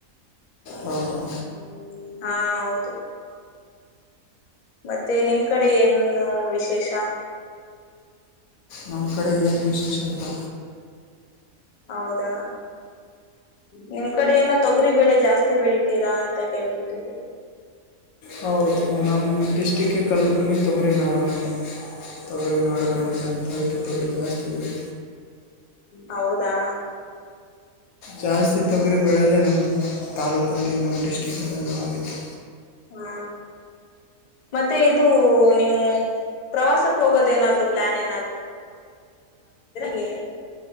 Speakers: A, on the left; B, on the left.
A: ಹೌದಾ
B: ಹ್ಮ್ ಹಾ ಹೌದು ಮತ್ತೆ ನಿಮ್ಮ ಕಡೆ ಏನು ವಿಶೇಷ
A: ನಮ್ಮ ಕಡೆ ಏನು ವಿಶೇಷ ಇಲ್ಲ
B: ಹೌದಾ ನಿಮ್ಮ ಕಡೆ ಏನ ಅದ ತೊಗರಿ ಬೆಳೆ ಜಾಸ್ತಿ ಬೆಳಿತೀರಾ ಅಂತ ಕೇಳ್ತೊತಿದ್ದು.
A: ಹೌದು. ಒ. ಡಿಸ್ಟ್ರಿಕ್ಕಿಗೆ ಕಲಬುರಗಿ ತೊಗರಿ ನಾಡು ಅಂತ ತೊಗ. ಇರ ನಾಡು ಕಣಕ್ಕೆ ಅಂತ. ತಕು ಗಾಸ್ ತಗತ.
B: ಹೌದಾ.
A: ಜಾಸ್ತಿ ತೊಗರಿ ಬೆೋದೆೇ ನಮ್ಮ ತಾಲೂಕಲ್ಲಿ ನಮ್ಮ ಡಶ್ಟ. ಾಕ ಹು.
B: ಹ್ಮ ಮತ್ತೆ ಇದು ನೀವು ಪ್ರವಾಸಕ್ಕೆ ಹೋಗೋದ ಏನಾದ್ರು ಪ್ಲಾನ್ ಏನಾದರು ಹಾ.